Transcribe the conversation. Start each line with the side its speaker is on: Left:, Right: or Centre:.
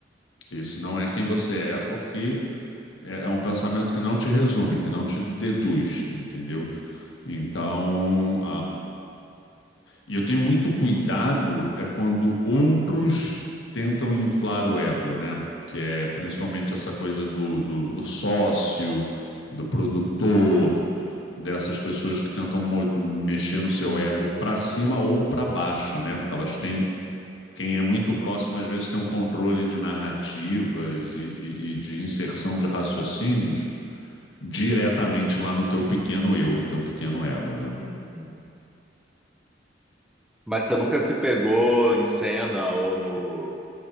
Left: Esse não é quem você é, porque é é um pensamento que não te resume, que não te deduz, entendeu? Então, E eu tenho muito cuidado é quando outros tentam inflar o ego, né? Que é principalmente essa coisa do, do, do sócio, do produtor, dessas pessoas que tentam mo- mexer no seu ego para cima ou para baixo, né? Porque elas têm. Quem é muito próximo, às vezes, tem um controle de narrativas e, e- e de inserção de raciocínios diretamente lá no teu pequeno eu, no teu pequeno ego, né?
Centre: Uhum. Mas você nunca se pegou em cena ou no,